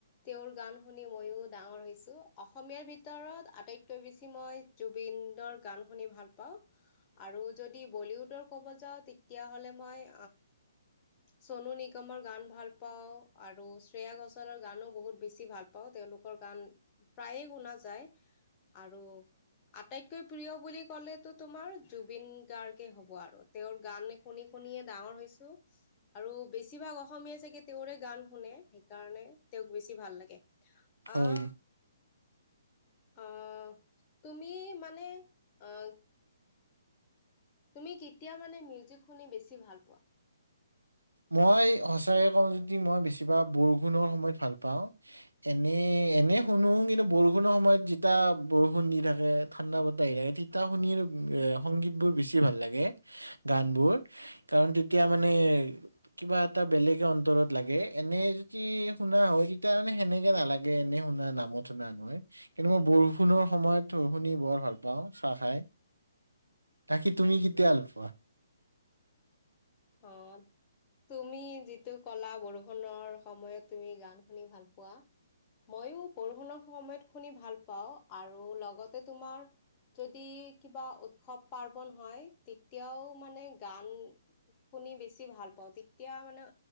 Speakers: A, on the left; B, on the right.
A: তেওঁৰ গান শুনি ময়ো ডাঙৰ হৈছোঁ। অসমীয়াৰ ভিতৰত আটাইতকৈ বেছি মই জুবিনৰ গান শুনি ভাল পাওঁ, আৰু যদি বলিউডৰ কব যাওঁ তেতিয়াহ'লে মই চনু নিগমৰ গান ভাল পাওঁ, আৰু শ্ৰেয়া ঘোষলৰ গানো বহুত বেছি ভাল পাওঁ তেওঁলোকৰ গান প্ৰায়ে শুনা যায় আৰু আটাইতকৈ প্ৰিয় বুলি ক'লেতো তোমাৰ জুবিন গাৰ্গে হ'ব আৰু। তেওঁৰ গান এ শুনি শুনিয়ে ডাঙৰ হৈছো। আৰু বেছিভাগ অসমীয় চাগে তেওঁৰে গান শুনে, সেইকাৰণে তেওঁক বেছি ভাল লাগে।
B: হয়
A: আহ আঁহ তুমি মানে আঁহ তুমি কেতিয়া মানে মিউজিক শুনি বেছি ভাল পোৱা?
B: মই সচাঁকে কওঁ যদি মই বেছিভাগ বৰষুণৰ সময়ত ভাল পাওঁ। এনে এনে শুনো কিন্তু বৰষুণৰ সময়ত যেতিয়া বৰষুণ দি থাকে, ঠাণ্ডা বতাহ আহি থাকে তেতিয়া শুনি সংগীত বোৰ বেছি ভাল লাগে। গানবোৰ, কাৰণ তেতিয়া মানে কিবা এটা বেলেগে অন্তৰত লাগে এনে যদি শুনা হয়, তেতিয়া মানে সেনেকে নালাগে। এনে শুনা নামত শুনা নহয়। কিন্তু মই বৰষুণৰ সময়ত শুনি বৰ ভাল পাওঁ চাহ খাই। বাকী তুমি কেতিয়া ভাল পোৱা?
A: অহ। তুমি যিটো কলা বৰষুণৰ সময়ত তুমি গান শুনি ভাল পোৱা। মইও বৰষুণৰ সময়ত শুনি ভাল পাওঁ আৰু লগতে তোমাৰ যদি কিবা উৎসৱ পাৰ্বন হয় তেতিয়াও মানে গান শুনি বেছি ভাল পাওঁ, তেতিয়া মানে